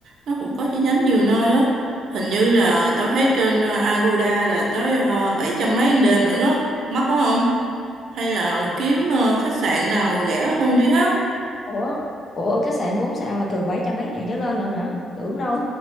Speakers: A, on the right (about 65°); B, on the left (about 40°).
A: nó cũng có chi nhánh nhiều nơi á. Hình như là tao thấy trên ờ, Agoda là tới ờ, 700 mấy một đêm nữa đó, mắc quá không? Hay là
B: ừ
A: kiếm ờ, khách sạn nào rẻ hơn đi ha?
B: Ủa, ủa khách sạn 4 sao là thường bảy trăm mấy ngàn trở lên lận hả? Tưởng đâu